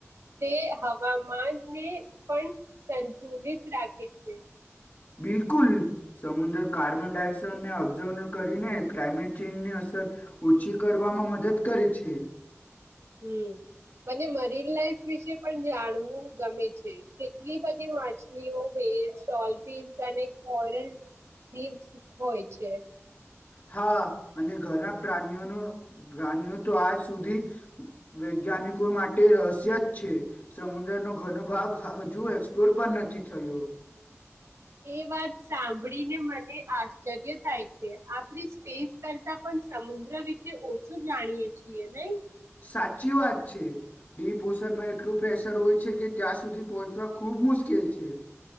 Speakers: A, on the right; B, on the left.
A: તે હવામાનને પણ સંતુલિત રાખે છે.
B: બિલકુલ સમુંદર કાર્બન ડાયોક્સાાઈડને ઓબ્ઝર્વ કરીને ક્લાઇમેટ ચેન્જની અસર ઓછી કરવામાં મદદ કરે છે.
A: હમ મને મરીન લાઈફ વિશે પણ જાણવું ગમે છે. કેટલી બધી માછલીઓ વે ડોલ્ફિન્સ અને કોરલ વિડસ હોય છે.
B: હા અને ઘણા પ્રાનીઓનો પ્રાનીઓ તો આજ સુધી વૈજ્ઞાનિકો માટે રહસ્ય જ છે. સમુંદર નો ઘનો ભાગ હજુ એક્સપ્લોર પણ નથી થયો.
A: એ વાત સાંભળીને મને આશ્ચર્ય થાય છે. આપણી સ્પેસ કરતા પણ સમુદ્ર વિશે ઓછું જાણીએ છીએ નહીં.
B: સાચી વાત છે. ડી પોષણમાં એટલું પ્રેશર હોય છે કે ત્યાં સુધી પહોંચવા ખૂબ મુશ્કેલ છે.